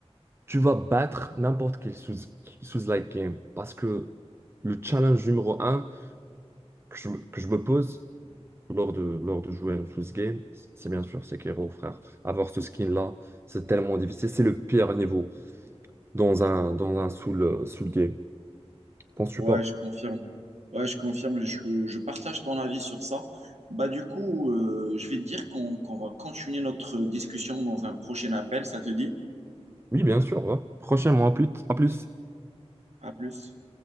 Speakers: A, on the right (about 20°); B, on the right (about 80°).
A: tu vas battre n'importe quel sous, sous like game. Parce que le challenge numéro un que je, que je me pose lors de, lors de jouer un sous game, c'est bien sûr Sekiro, frère. Avoir ce skin-là, c'est tellement difficile. C'est le pire niveau dans un, dans un soul, soul game. Penses-tu
B: Ouais,
A: pas?
B: je confirme. Ouais, je confirme. Je, je partage ton avis sur ça. Bah, du coup, euh, je vais te dire qu'on qu'on va continuer notre discussion dans un prochain appel. Ça te dit?
A: Oui, bien sûr. ouais. Prochainement, à plus, à plus.
B: À plus.